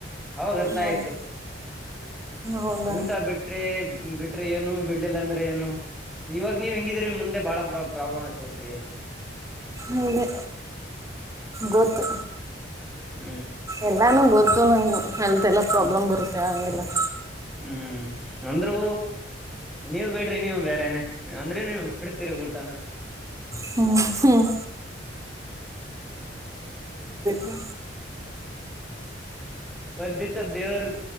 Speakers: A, in the centre; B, on the right (about 20°).
A: ಅವಾಗ. ರ್ಥಾ
B: ಹೌದು
A: ಆಯ್ತು
B: ಹೌದಾ
A: ಊಟ ಬಿಟ್ರೆ ಬಿಟ್ರೆ ಏನು ಬಿಡ್ಲಿಲ್ಲ ಅಂದ್ರೆ. ದ್ರೆ ಏನು. ಇವಾಗ ನೀವ ಹೆಂಗಿದ್ರೆ ಮುಂದೆ ಬಾಳ ಪ್ರ ಪ್ರಾಬ್ಲಮ್ ಆಗ್ತತ್ ರಿ.
B: ಹಂಗೆ ಗೊತ್ತು.
A: ಹ್ಮ್
B: ಎಲ್ಲಾನು. <unintelligible> <unintelligible> ಹೆಲ್ತ್ ಎಲ್ಲ ಪ್ರಾಬ್ಲಮ್
A: ಹ್ಮ್
B: ಬರುತ್ತೆ ಅಗೆ. <unintelligible>
A: ಹ್ಮ್ ಅಂದ್ರು ನೀವು ಬಿಡ್ರಿ ನೀವು ಬೇರೆನೆ ಅಂದ್ರೆ ನೀ ಬಿಡ್ತೀರಿ ಊಟನ.
B: ಹ್ಮ್ ಹ್ಮ <unintelligible>
A: ಒಂದು ದಿವಸ ದೇವರು